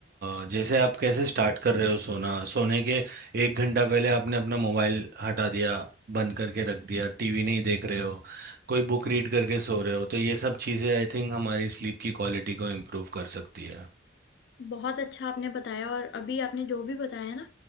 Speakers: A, on the right (about 50°); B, on the left (about 60°).
A: अ, जैसे आप कैसे स्टार्ट कर रहे हो सोना सोने के एक घंटा पहले आपने अपना मोबाइल हटा दिया बंद करके रख दिया टीवी नहीं देख रहे हो कोई बुक रीड करके सो रहे हो तो ये सब चीज़ें आई थिंक हमारी स्लीप की क्वालिटी को इम्प्रूव कर सकती है
B: बहुत अच्छा आपने बताया और अभी आपने जो भी बताया ना